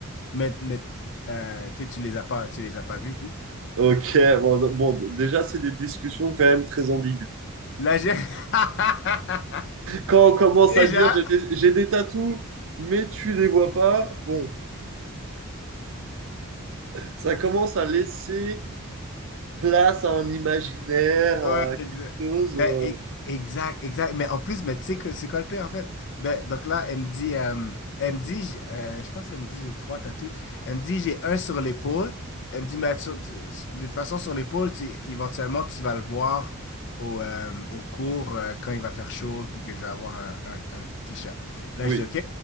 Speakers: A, on the left; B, on the right.
A: mais mais euh, tu sais, tu les as pas, tu les as pas vus et tout.
B: Ok, bon, d- bon, déjà, c'est des discussions quand même très ambiguës.
A: Là, j'ai. <laughs>
B: Quand on commence
A: Déjà.
B: à dire j'ai des, j'ai des tatous, mais tu les vois pas, bon, ça commence à laisser place à un imaginaire,
A: Ouais,
B: à quelque
A: exact.
B: chose.
A: Ben,
B: euh,
A: e- exact, exact. Mais en plus, mais tu sais que c'est quoi le pire en fait? Ben, donc là, elle me dit, euh, elle me dit, j- euh, je pense qu'elle me dit j'ai trois tatous. Elle me dit j'ai un sur l'épaule. Elle me dit, mais sur- tu- de toute façon, sur l'épaule, tu- éventuellement, tu vas le voir au, euh, au cours euh, quand il va faire chaud, puis que je vais avoir un, un- un t-shirt. Là,
B: Oui,
A: je dis OK.